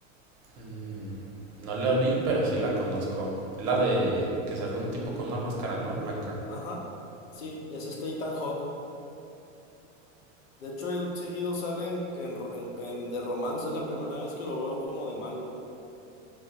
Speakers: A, on the right (about 40°); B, on the left (about 80°).
A: Mm, no la vi, pero sí la conozco. Es la de que sale un tipo con una máscara, ¿no? Blanca.
B: Ajá. Sí, es este Ethan Hawke. De hecho, él seguido sale en, en ro- en- en de romance, es la primera vez que lo veo como de malo.